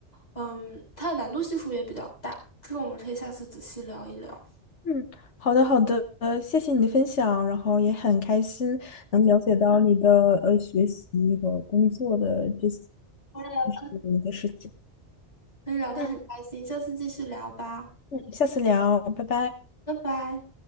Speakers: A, on the left; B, on the left.
A: 嗯，它的难度系数也比较大。这个我们可以下次仔细聊一聊。
B: 嗯，好的好的，呃，谢谢你的分享，然后也很开心能了解到你的呃学习和工作的这些，
A: 嗯
B: 就是你的事情。
A: 跟你聊得很开心，
B: 嗯
A: 下次继续聊吧，
B: 嗯，下次聊，拜拜。
A: 拜拜。